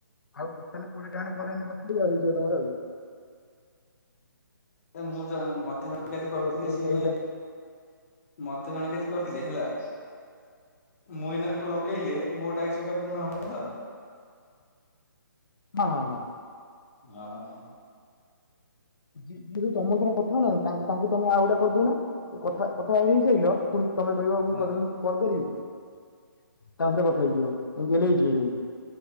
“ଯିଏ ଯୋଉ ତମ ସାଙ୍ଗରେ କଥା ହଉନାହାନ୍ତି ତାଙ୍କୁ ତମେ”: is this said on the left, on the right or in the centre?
Left